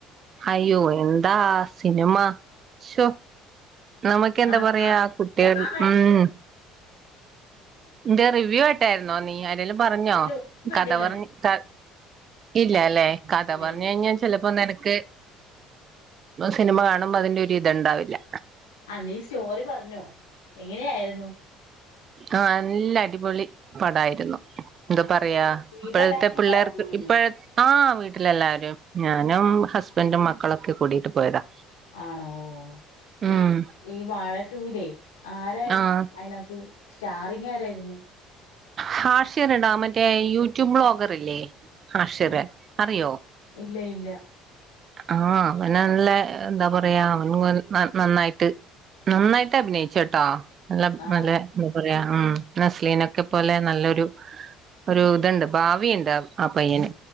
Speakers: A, on the right (about 45°); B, on the left (about 85°).
A: അയ്യോ എന്താ സിനിമ ശോ നമക്ക് എന്താ
B: ആഹ്
A: പറയാ
B: ആഹ്
A: കുട്ടികൾ
B: സ്റ്റാറായിരുന്നു
A: ഉം ന്റെ റിവ്യൂ ആയിട്ടായിരുന്നോ നീ എന്തേലും പറഞ്ഞോ
B: ഇല്ല ഒന്നും കണ്ടില്ലെന്നേ
A: കഥ പറഞ് ക ഇല്ല അല്ലേ കഥ
B: ഇല്ലായില്ല
A: പറഞ്ഞു കഴിഞ്ഞാൽ ചെലെപ്പോ അപ്പോ നിനക്ക് സിനിമ കാണുമ്പോ അതിന്റെ ഒരു ഇത്ണ്ടാവില്ല
B: ആ നീ സ്റ്റോറി പറഞ്ഞോ എങ്ങനെയായിരുന്നു
A: ആ നല്ല അടിപോളി പടായിരുന്നു എന്താ
B: ആഹ്
A: പറയാ
B: വീട്ടിലെല്ലാരും
A: ഇപ്പോഴത്തെ പിള്ളേർക്ക്
B: കൂടെയാണോ പോയത്
A: ഇപ്പഴ <unintelligible> വീട്ടിലെല്ലാരും ഞാനും ഹസ്ബൻഡും മക്കളൊക്കെ കൂടിട്ട് പോയതാ
B: ആണോ
A: ഉം
B: ഈ ഈ വാഴറ്റൂലേ ആരായിരുന്നു
A: ആഹ്
B: അതിനകത്ത് സ്റ്റാറിങ് ആരായിരുന്നു
A: ഹാഷ്യർടാ മറ്റേ യൂട്യൂബ് ബ്ളോഗർ ഇല്ലേ ഹാഷിരെ
B: ആഹ്
A: അറിയോ
B: ഇല്ല ഇല്ല
A: ആ അവൻ നല്ല എന്താ പറയാ അവൻ നന്നായിട്ട് നന്നായിട്ട് അഭിനയിച്ചട്ടോ നല്ല മലമുകൾ
B: ആണോ
A: ഉം നസ്ലീനൊക്കെ പോലെ നല്ലോരു ഒരു ഇതുണ്ട് ഭാവിയുണ്ട് ആ പയ്യന്